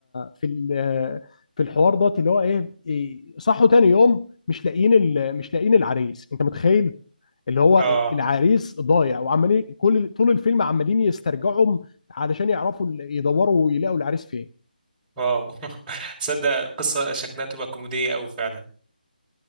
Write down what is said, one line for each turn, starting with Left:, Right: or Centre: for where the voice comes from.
Left: في ال- آه، في الحوار دوت اللي هو ايه آه، صحوا تاني يوم مش لاقيين ال- مش لاقيين العريس انت متخيل اللي هو
Right: اه
Left: العريس ضايع وعمالين كل طول الفيلم عمالين يسترجعوا علشان يعرفوا ال- يدوروا ويلاقوا العريس فين
Right: واو <laughs> تصدق قصة شكلها تبقى كوميدية أوي فعلا